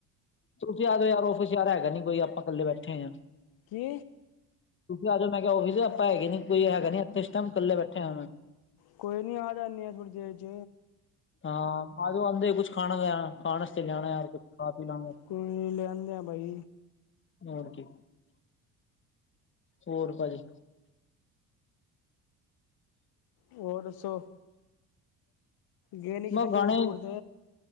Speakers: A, on the left; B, on the left.
A: ਤੁਸੀਂ ਆ ਜਾਓ ਯਾਰ ਔਫਿਸ ਹੈਗਾ ਨੀ ਕੋਈ ਆਪਾਂ ਇਕੱਲੇ ਬੈਠੇ ਹਾਂ
B: ਕੀ
A: ਤੁਸੀਂ ਆ ਜਾਓ ਮੈਂ ਆਫਿਸ ਆਪਾਂ ਹੈਗੇ ਨੀ ਕੋਈ ਹੈਗਾ ਨੀ ਆਪੇ ਇਸ ਟਾਈਮ ਇਕੱਲੇ ਬੈਠੇ ਆ
B: ਕੋਈ ਨੀ ਆ ਜਾਂਦੇ ਆ ਥੋੜੀ ਦੇਰ ਚ
A: ਹਾਂ ਆ ਜਾਓ ਕੁਛ ਖਾਣਾ ਖਾਣ ਵਾਸਤੇ ਜਾਣਾ ਕੁਛ ਖਾ ਪੀ ਲੈਣਾ।
B: ਕੋਈ ਲਿਆਂਦੇ ਆ ਬਾਈ
A: ਹੋਰ ਕੀ ਹੋਰ ਭਾਜੀ
B: ਹੋਰ ਦੱਸੋ? ਗਏ ਨੀ ਕਿਥੇ
A: ਮੈਂ
B: ਟੂਰ
A: ਗਾਣੇ
B: ਟੂਰ ਤੇ